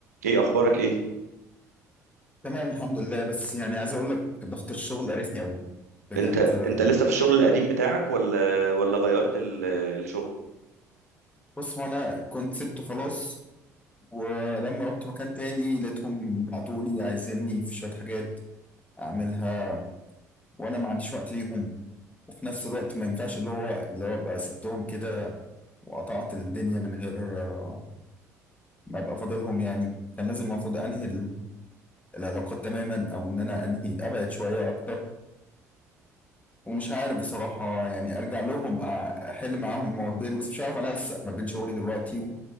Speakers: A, on the right; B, on the left.
A: ايه اخبارك ايه
B: تمام الحمد لله بس يعني عايز اقول لك ضغط الشغل قرفني قوي بجد
A: انت
B: آه،
A: انت لسه في الشغل القديم بتاعك ولا ولا غيرت ال- الشغل
B: بص هو انا كنت سبته خلاص ولما رحت مكان تاني لقيتهم بعتولي عايزيني في شوية حاجات اعملها وانا ما عنديش وقت ليهم وفي نفس الوقت ما ينفعش اللي هو اللي هو ابقى سبتهم كده وقطعت الدنيا من غير آه، ما ابقى فاضلهم يعني كان لازم المفروض انهي ال- العلاقات تماما او ان انا انهي ابعد شوية اكتر ومش عارف بصراحة يعني أرجع لهم أ- أحل معاهم المواضيع دي بس مش عارف أنسق ما بين شغلي دلوقتي و-